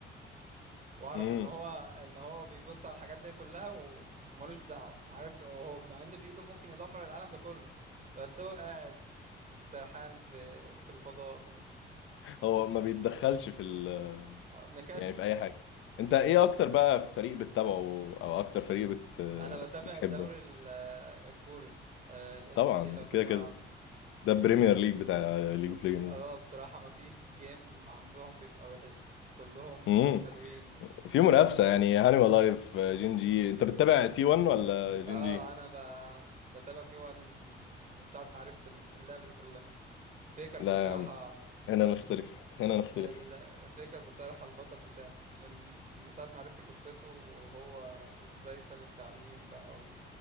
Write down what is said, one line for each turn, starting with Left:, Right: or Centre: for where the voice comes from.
Right: واعرف
Left: امم
Right: ان هو ان هو بيبص على الحاجات دي كلها و... وملوش دعوه عارف هو مع ان بايده ممكن يدمر العالم ده كله بس هو قاعد سرحان في في الفضاء
Left: هو ما بيتدخلش في ال
Right: مكسل
Left: يعني في اي حاجة انت ايه اكتر بقى فريق بتتابعه او اكتر فريق بت
Right: انا بتابع
Left: بتحبه
Right: الدوري ال- الكوري آه، ال
Left: طبعا
Right: سي لو تسمع
Left: كده كده
Right: عنه
Left: ده البريمير ليج بتاع ليج اوف ليجندز
Right: اه بصراحة ما فيش جيم عندهم بيبقى وحش كلهم
Left: امم
Right: حلوين و...
Left: في منافسه يعني هانيمال لايف جين جي انت بتتابع تي 1 ولا جين
Right: اه
Left: جي
Right: انا ب... بتابع تي 1 من ساعة ما عرفت ال- اللعبة دي كلها فيكر
Left: لا
Right: بصراحة
Left: يا عم هنا نختلف هنا نختلف
Right: الفكر بصراحة البطل بتاعي من من ساعة ما عرفت قصته وهو ازاي ساب التعليم بقى و...